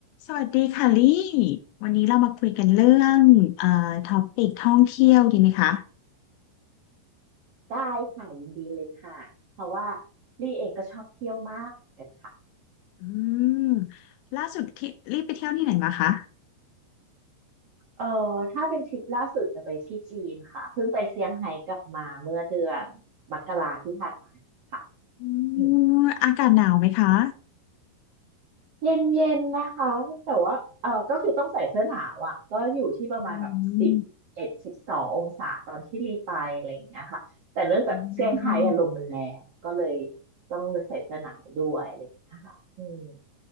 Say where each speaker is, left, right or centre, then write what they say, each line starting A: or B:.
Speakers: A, on the left; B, on the right.
A: สวัสดีค่ะลี่ วันนี้เรามาคุยกันเรื่องเอ่อท็อปิกท่องเที่ยวดีไหมคะ
B: ได้ค่ะยินดีเลยค่ะเพราะว่าลี่เองก็ชอบเที่ยวมากเหมือนกันค่ะ
A: อืมล่าสุดที่ลี่ไปเที่ยวที่ไหนมาคะ
B: เออถ้าเป็นทริปล่าสุดจะไปที่จีนค่ะเพิ่งไปเซี่ยงไฮ้กลับมาเมื่อเดือนมกราที่ผ่านมาค่ะ
A: อื
B: อืม
A: มอากาศหนาวไหมคะ
B: เย็นเย็นนะคะแต่ว่าเออก็คือต้องใส่เสื้อหนาวอ่ะก็อยู่ที่ประมาณแบบสิบเอ็ดสิบสององศาตอนที่รีไปอะไรอย่างเงี้ยค่ะแต่เนื่องจากเซี่ยงไฮ้อะลมมันแรงก็เลย
A: อืมอืม
B: ต้องเลยใส่เสื้อหนาวด้วยอะไรอย่างเงี้ยค่ะอืม